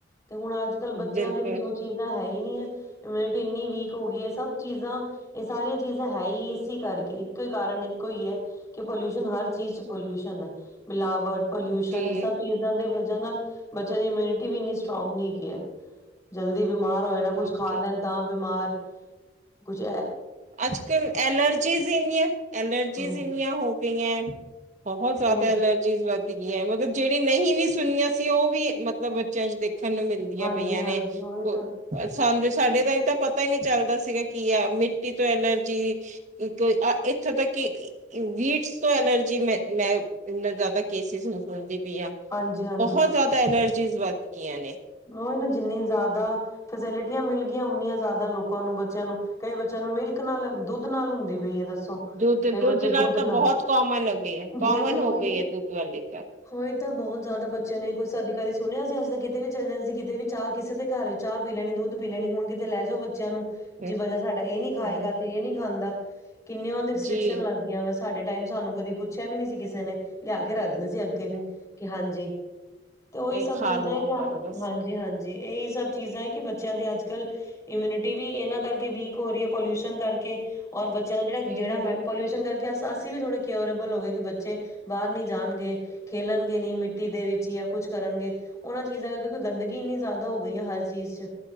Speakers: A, on the left (about 20°); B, on the right (about 40°).
A: ਤੇ ਹੁਣ ਅੱਜ ਕੱਲ੍ਹ ਬੱਚਿਆਂ
B: ਬਿਲਕੁਲ
A: ਦੇ ਵਿੱਚ ਉਹ ਚੀਜ਼ਾਂ ਹੈ ਹੀ ਨਹੀਂ ਹੈ ਇਮਿਊਨਿਟੀ ਇੰਨੀ ਵੀਕ ਹੋ ਗਈ ਹੈ ਸਭ ਚੀਜ਼ਾਂ ਇਹ ਸਾਰੀਆਂ ਚੀਜ਼ਾਂ ਹੈ ਹੀ ਏ ਸੀ ਕਰਕੇ ਇੱਕੋ ਹੀ ਕਾਰਨ ਇੱਕੋ ਹੀ ਹੈ ਕਿ ਪੋਲਿਊਸ਼ਨ ਹਰ ਚੀਜ਼ ਚ ਪੋਲਊ ਮਿਲਾਵਟ ਪੋਲਿਊਸ਼ਨ
B: ਜੀ
A: ਇਹ ਸਭ ਚੀਜ਼ਾਂ ਦੇ ਵਜ੍ਹਾ ਨਾਲ ਬੱਚਿਆਂ ਦੀ ਇਮਿਊਨਿਟੀ ਵੀ ਇੰਨੀ ਸਟਰੋਂਗ ਨਹੀਂ ਹੈਗੀ ਹੈ ਜਲਦੀ ਬਿਮਾਰ ਹੋਏ ਨਾ ਕੁੱਝ
B: ਹੋਰ
A: ਖਾ
B: ਕੀ
A: ਲੈਣ ਤਾਂ ਬਿਮਾਰ ਕੁੱਝ
B: ਅੱਜ ਕੱਲ ਐਲਰਜੀਜ਼ ਇੰਨੀਆਂ ਐਲਰਜੀਜ਼
A: ਨਹੀਂ
B: ਇੰਨੀਆਂ ਹੋ ਗਈਆਂ ਹੈ ਬਹੁਤ ਜ਼ਿਆਦਾ
A: ਫੇਰ
B: ਐਲਰਜੀਜ਼ ਵਧ ਗਈਆਂ ਮਤਲਬ ਜਿਹੜੀਆਂ ਨਹੀਂ ਵੀ ਸੁਣੀਆਂ ਅਸੀਂ ਉਹ ਵੀ ਮਤਲਬ ਬੱਚਿਆਂ ਚ ਦੇਖ ਖਣ ਨੂੰ ਮਿਲਦੀਆਂ
A: ਹਾਂਜੀ-ਹਾਂਜੀ
B: ਪਈਆਂ ਨੇ
A: ਉਹੀ ਤਾਂ
B: ਉਹ ਸਾਨੂੰ ਸਾਡੇ ਤਾਈ ਟਾਈਮ ਤਾਂ ਪਤਾ ਹੀ ਨਹੀਂ ਚੱਲਦਾ ਸੀਗਾ ਕੀ ਆ ਮਿੱ ਤੋਂ ਐਲਰਜੀ ਇੱਥੋਂ ਤੱਕ ਕਿ ਵੀਟਸ ਤੋਂ ਐਲਰਜੀ ਮੈਂ ਮੈਂ ਇੰਨਾ ਜ਼ਿਆਦਾ ਕੇਸਿਸ ਨੂੰ ਸੁਣਦੀ ਪਈ
A: ਹਾਂਜੀ-ਹਾਂਜੀ
B: ਬਹੁਤ ਜ਼ਿਆਦਾ ਐਲਰਜੀ ਚੀਜ਼ ਵੱਧ ਗਈਆਂ ਨੇ
A: ਉਹ ਨਾ ਜਿੰਨੀ ਜ਼ਿਆਦਾ ਫੈਸਿਲਿਟੀਆਂ ਮਿਲ ਗਈਆਂ ਉਨੀਆਂ ਜ਼ਿਆਦਾ ਲੋਕਾਂ ਨੂੰ ਬੱਚਿਆਂ ਨੂੰ ਕਈ ਬੱਚਿਆਂ ਨੂੰ ਮਿਲਕ ਨਾਲ ਦੁੱਧ ਨਾਲ ਹੁੰਦੀ ਪਈ ਹੈ ਦੱਸ ਸੋ
B: ਦੁੱਧ
A: ਕਈ ਬੱਚੇ
B: ਨਾਲ
A: ਦੁੱਧ
B: ਤਾਂ
A: ਨਾ
B: ਬਹੁਤ ਕਾਮਨ ਹੋ ਗਈ ਹੈ ਕਾਮਨ
A: ਬਹੁਤ ਓਹੀ
B: ਹੋ ਗਈ
A: ਤਾਂ
B: ਹੈ ਦੁੱਧ ਵਾਲੀ ਤਾਂ
A: ਉਹੀ ਤਾਂ ਬਹੁਤ ਜ਼ਿਆਦਾ ਬੱਚਿਆਂ ਨੇ ਕੁੱਛ <unintelligible> ਸੁਣਿਆ ਸੀ ਅਸੀਂ ਤਾਂ ਕਿਤੇ ਵੀ ਚੱਲ ਜਾਂਦਾ ਸੀ ਕਿਤੇ ਵੀ ਚਾਹ ਕਿਸੇ ਦੇ ਘਰ ਵੀ ਚਾਹ ਪੀ ਲੈਣੀ ਦੁੱਧ ਪੀ ਲੈਣੀ ਹੁਣ ਕਿਤੇ ਲੈ ਜਾਓ ਬੱਚਿਆਂ ਨੂੰ
B: ਹਮ
A: ਜੀ ਬੱਚਾ ਸਾਡਾ ਇਹ ਨੀ ਖਾਏਗਾ
B: ਹਮ,
A: ਤੇ ਇਹ ਨੀ ਖਾਂਦਾ ਕਿੰਨੇ <unintelligible> ਰਿਸ੍ਰਿਕਕਸ਼ਨ
B: ਜੀ
A: ਲੱਗਆਂ ਵੈਂ ਸਾਡੇ ਟਾਈਮ ਸਾਨੂੰ ਕਦੀ ਪੁਚ ਪੁੱਛਿਆ ਵੀ ਨਹੀਂ ਸੀ ਕਿਸੇ ਨੇ ਲਿਆ ਕੇ ਰੱਖ ਦਿੰਦੇ ਸੀ ਅੱਗੇ
B: ਹੂੰ,
A: ਕਿ ਹਾਂਜੀ ਤੇ, ਉਹੀ
B: ਇਹ
A: ਸਭ
B: ਖਾ
A: ਚੀਜ਼
B: ਲੋ
A: ਦਾ ਕਿਆ
B: ਖਾ ਲੋ ਬਸ
A: ਹਾਂਜੀ-ਹਾਂਜੀ। ਇਹੀ ਸਭ ਚੀਜ਼ ਹੈ ਕਿ, ਬੱਚਿਆਂ ਦੀ ਅੱਜ- ਕੱਲ੍ਹ ਇਮਿਊਨਿਟੀ ਵੀ ਇਹਨਾਂ ਕਰਕੇ ਵੀਕ ਹੋ ਰਹੀ ਹੈ, ਪੋਲਿਊਸ਼ਨ ਕਰਕੇ ਔਰ ਬ ਜਿਹੜਾ-
B: ਹੂੰ-ਹੂੰ
A: ਜਿਹੜਾ ਮੈਂ 'ਪੋਲਿਊਸ਼ਨ'ਕਰਕੇ ਅਸੀਂ ਵੀ ਥੋੜੇ <unintelligible> ਓਬਲ ਹੋਗੇ ਕਿ ਬੱਚੇ ਬਾਹਰ ਨੀ ਜਾਣਗੇ, ਖੇਲਣਗੇ ਨਹੀ ਮਿੱਟੀ ਦੇ ਵਿੱਚ ਜਾਂ, ਕੁੱਛ ਕਰਨਗੇ ਉਹਨਾਂ ਚੀਜ਼ਾਂ ਕਿਉਂਕਿ ਗੰਦਗੀ ਇੰਨੀ ਜ਼ਿਆਦਾ ਹੋ ਗਈ ਆ, ਹਰ ਚੀਜ਼'ਚ